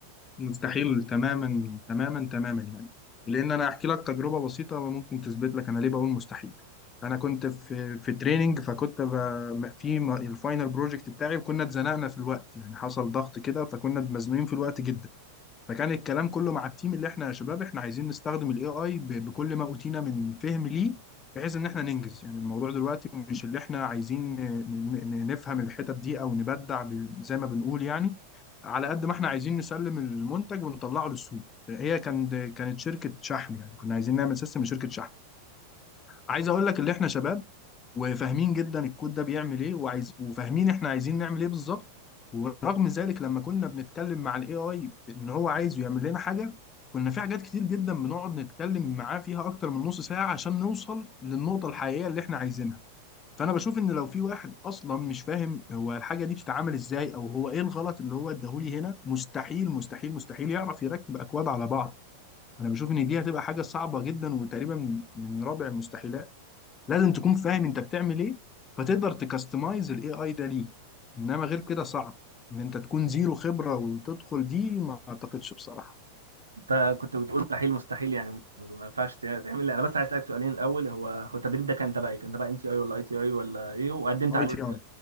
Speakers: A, on the left; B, on the right.
A: مستحيل تماما تماما تماما يعني لان انا احكي لك تجربه بسيطه وممكن تثبت لك انا ليه بقول مستحيل انا كنت في في تريننج فكنت ب- في م- الفاينل بروجكت بتاعي وكنا اتزنقنا في الوقت يعني حصل ضغط كده فكنا مزنوقين في الوقت جدا فكان الكلام كله مع التيم اللي احنا يا شباب احنا عايزين نستخدم الاي اي بكل ما اوتينا من فهم ليه بحيث ان احنا ننجز يعني الموضوع دلوقتي مش اللي احنا عايزين ن- ن- نفهم الحتت دي او نبدع ب- زي ما بنقول يعني على قد ما احنا عايزين نسلم المنتج ونطلعه للسوق هي كانت كانت شركه شحن يعني كنا عايزين نعمل سيستم لشركه شحن عايز اقول لك اللي احنا شباب وفاهمين جدا الكود ده بيعمل ايه وعايز وفاهمين احنا عايزين نعمل ايه بالظبط ورغم ذلك لما كنا بنتكلم مع الاي اي ان هو عايزه يعمل لنا حاجه كنا في حاجات كتير جدا بنقعد نتكلم معاه فيها اكتر من نص ساعه عشان نوصل للنقطه الحقيقيه اللي احنا عايزينها فانا بشوف ان لو في واحد اصلا مش فاهم هو الحاجه دي بتتعمل ازاي او هو ايه الغلط اللي هو اداهولي هنا مستحيل مستحيل مستحيل يعرف يركب اكواد على بعض انا بشوف ان دي هتبقى حاجه صعبه جدا وتقريبا من من رابع المستحيلات لازم تكون فاهم انت بتعمل ايه فتقدر تكستمايز الاي اي ده ليك انما غير كده صعب ان انت تكون زيرو خبرة وتدخل دي ما اعتقدش بصراحة
B: انت كنت بتقول مستحيل مستحيل يعني م- ما ينفعش تع- تعمل انا بس عايز اسالك سؤالين الاول هو هو التدريب ده كان تبع ايه كان تبع ام تي اي ولا اي تي اي ولا ايه وقدمت
A: اي
B: عليه
A: تي اي